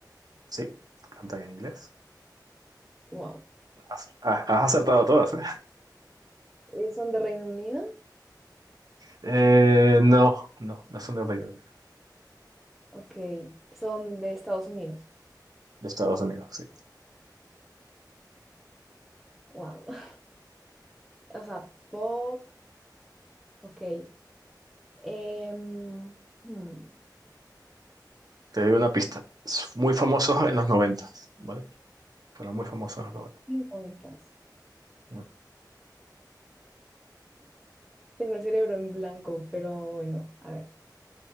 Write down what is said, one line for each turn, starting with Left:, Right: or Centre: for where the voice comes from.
Right: Sí, cantan en inglés.
Centre: Wow.
Right: Has, ah, has acertado todas, ¿eh?
Centre: Eh, ¿son de Reino Unido?
Right: Eh, no, no, no son de Reino Unido,
Centre: Ok. ¿Son de Estados Unidos?
Right: de Estados Unidos, sí.
Centre: Wow. <laughs> O sea, pop, ok. Em, hmm,
Right: Te doy una pista. Es Muy famosos en los 90, ¿vale? Fueron muy famosos en los
Centre: 90
Right: Mm.
Centre: Tengo el cerebro en blanco, pero bueno, a ver.